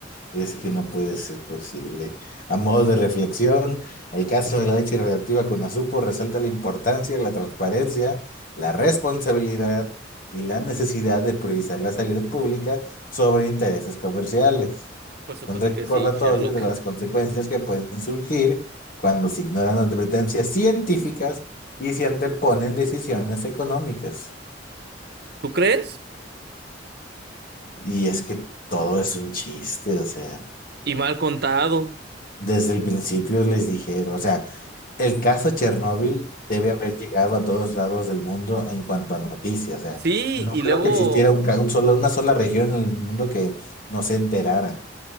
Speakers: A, on the left (about 50°); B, on the right (about 60°).
A: Es que no puede ser posible. A modo de reflexión, el caso de la leche radioactiva con Azupo resalta la importancia, de la transparencia, la responsabilidad y la necesidad de priorizar la salud pública sobre intereses comerciales.
B: Por supuesto
A: Un recordatorio
B: que sí, Sherlock.
A: de las consecuencias que pueden surgir cuando se ignoran advertencias científicas y se anteponen decisiones económicas.
B: ¿Tú crees?
A: Y es que todo es un chiste, o sea.
B: Y mal contado.
A: Desde el principio les dijeron, o sea, el caso Chernóbil debe haber llegado a todos lados del mundo en cuanto a noticias, o sea,
B: Sí,
A: no
B: y
A: creo
B: luego
A: que existiera un, ca- un solo- una sola región en el mundo que no se enterara.